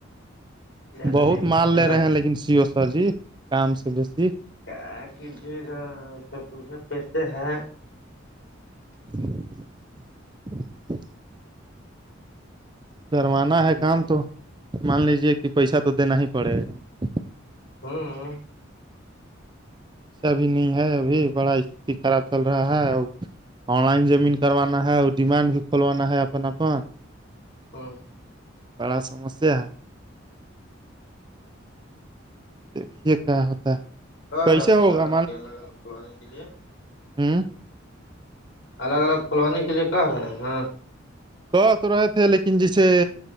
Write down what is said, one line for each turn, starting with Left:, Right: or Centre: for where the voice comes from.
Left: زیادہ
Right: بہت
Left: دن
Right: مال لے
Left: رہ
Right: رہے ہیں لیکن سیو سر جی کام سے بیسی
Left: کیا کیجیے گاے پیسے ہیں
Right: <inaudible> کروانا
Left: مان
Right: ہے
Left: لیجیے
Right: کام تو مان لیجیے کہ پیسہ تو دینا ہی پڑے گا
Left: ہوں
Right: ایسا بھی نہیں ہے ابھی بڑا است خراب چل رہا ہے ا آن لائن جمین کروانا ہے اور ڈیمانڈ بھی کھولوانا ہے اپ اپن <unintelligible>
Left: ہوں <unintelligible>
Right: بڑا سمسیا <unintelligible> دیکھیے کہ ہوتا ہے <unintelligible>
Left: رہ
Right: کیسے
Left: رہ
Right: ہوگا
Left: ہاں کہ الگ الگ کھلوانے کے لیے <unintelligible>
Right: ہوں <unintelligible>
Left: الگ الگ کھلوانے کے لیے کہ رہے ہیں ہاں
Right: کہ تو رہے تھے لیکن جیسے